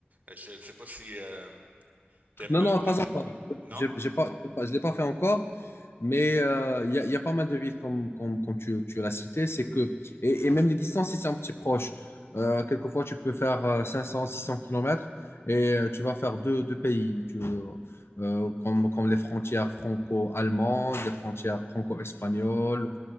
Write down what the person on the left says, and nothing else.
Non, non,
pas encore.
J'ai j'ai pas, j'ai pas- je ne l'ai pas fait encore, Mais euh, il euh, y a, y a pas mal de villes, comme, comme, comme tu, tu l'as cité, c'est que, et, et même les distances, si c'est un petit proche, euh, quelquefois tu peux faire euh, 500, 600 kilomètres et euh, tu vas faire deux, deux pays, tu, euh, euh, comme, comme les frontières franco-allemandes, les frontières franco-espagnoles,